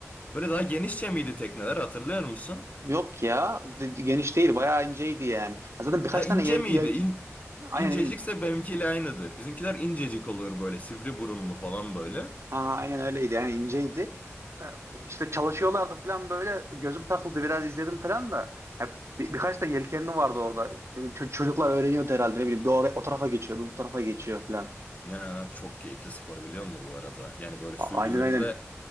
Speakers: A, on the left; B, on the right.
A: Böyle daha genişçe miydi tekneler hatırlıyor musun?
B: Yok ya. D- d- Geniş değil. Bayağı inceydi yani. Zaten birkaç
A: Ha ince
B: tane yel,
A: miydi?
B: yelk-
A: İn,
B: aynen
A: incecikse benimkiyle aynıdır. Bizimkiler incecik olur böyle sivri burunlu falan böyle.
B: Ha, aynen öyleydi yani inceydi. E, İşte çalışıyorlardı falan böyle gözüm takıldı biraz izledim falan da. Ya, bir, birkaç da yelkenli vardı orada. E, ço- çocuklar öğreniyordu herhalde ne bileyim bir oraya, o tarafa geçiyor bir bu tarafa geçiyor falan.
A: Ya, çok keyifli spor biliyor musun bu arada? Yani böyle
B: A-
A: suyun
B: aynen
A: üzerinde
B: aynen.